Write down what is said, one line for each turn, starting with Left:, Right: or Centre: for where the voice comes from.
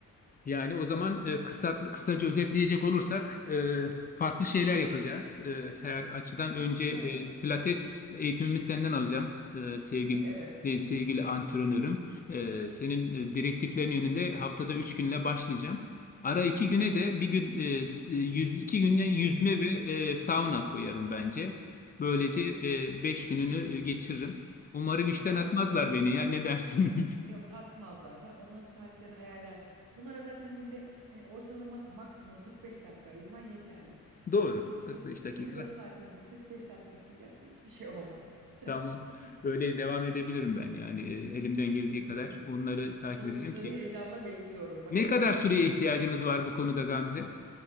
Left: Yani o zaman e, kısa, kısaca özetleyecek olursak e, farklı şeyler yapacağız. E, her açıdan önce e,
Right: Aynen.
Left: pilates eğitimimi senden alacağım e, sevgili
Right: <laughs> Evet.
Left: e, sevgili antrenörüm. E, senin e, direktiflerin yönünde haftada 3 günle başlayacağım. Ara iki
Right: Hı hı.
Left: güne de bir gün e, s- yüz, iki güne yüzme
Right: Yüzme.
Left: ve e, sauna koyarım bence. Böylece
Right: Evet.
Left: e, beş gününü e, geçiririm. Umarım işten
Right: Harika
Left: atmazlar
Right: olur.
Left: beni ya ne dersin? <laughs>
Right: E Yok atmazlar. Sen onların saatlerini ayarlarsın. Bunlara zaten günde hani ortalama maksimum 45 dakika ayırman yeterli.
Left: Doğru.
Right: E, 20,
Left: 45 dakika.
Right: 24 saatimizin 45 dakikasıyla hiçbir şey olmaz.
Left: Tamam.
Right: <laughs>
Left: Öyle devam edebilirim ben yani e, elimden geldiği
Right: Kesinlikle.
Left: kadar onları
Right: Sonuçları
Left: takip edelim ki.
Right: heyecanla bekliyorum. Bakalım.
Left: Ne kadar süreye
Right: Çok
Left: ihtiyacımız
Right: güzel.
Left: var bu konuda Gamze?